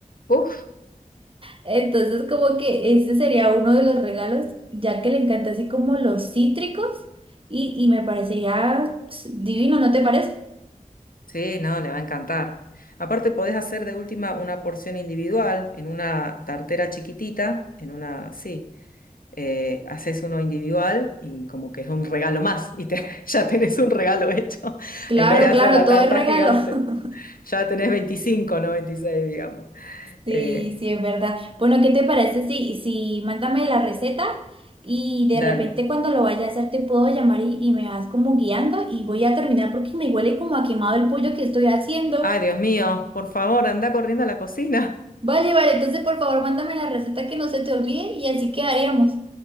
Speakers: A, on the left (about 90°); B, on the right (about 40°).
A: Uf,
B: Entonces como que ese sería uno de los regalos, ya que le encanta así como los cítricos y, y me parecería pss, divino, ¿no te parece?
A: Sí, no, le va a encantar. Aparte, podés hacer de última una porción individual en una tartera chiquitita, en una, sí, eh, haces uno individual y como que es un regalo más y te- <laughs> ya tenés un regalo hecho <laughs>
B: Claro,
A: en vez de hacer
B: claro,
A: la
B: todo
A: tarta
B: es regalo.
A: gigante.
B: <laughs>
A: Ya tenés 25 no 26 digamos.
B: Sí,
A: Eh,
B: sí, es verdad. Bueno, ¿qué te parece si, si mándame la receta y de
A: dale.
B: repente cuando lo vaya a hacer te puedo llamar y, y me vas como guiando y voy a terminar porque me huele como a quemado el pollo que estoy haciendo.
A: Ay, Dios mío, por favor, anda corriendo a la cocina. <laughs>
B: Vale, vale, entonces por favor mándame la receta que no se te olvide y así quedaríamos.